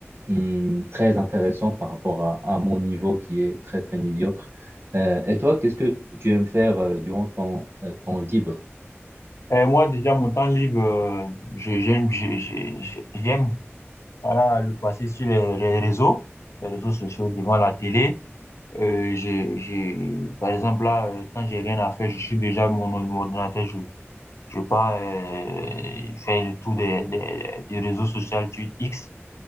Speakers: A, on the right (about 55°); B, on the left (about 80°).
A: hum, très intéressant par rapport à, à mon niveau qui est très, très médiocre. Euh, et toi, qu'est-ce que tu aimes faire euh, durant ton, euh, ton libre?
B: Et moi, déjà, mon temps libre, euh, je- j'aime, je- je- je- j'aime, voilà, le passer sur les, les réseaux, les réseaux sociaux devant la télé. Euh, j'ai, j'ai, par exemple, là, euh, quand j'ai rien à faire, je suis déjà mon, mon ordinateur, je, Je sais pas, euh, faire le tour des, des, des réseaux sociaux Twitter X.